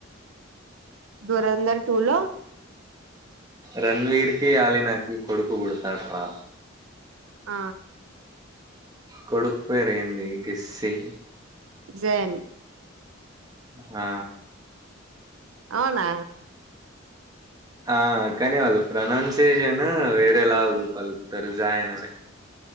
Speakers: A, on the right (about 80°); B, on the right (about 20°).
A: దురంధర్ టూలో
B: రన్వీర్కి ఆలీనకి కొడుకు పుడతాడు రా
A: ఆ
B: కొడుకు పేరు ఏంది గెస్ చెయ్యి
A: జన్
B: ఆ
A: అవునా
B: ఆ కానీవాళ్ళు ప్రనౌన్సియేషన్ వేరేలాగు పలుకుతారు జాయన అనే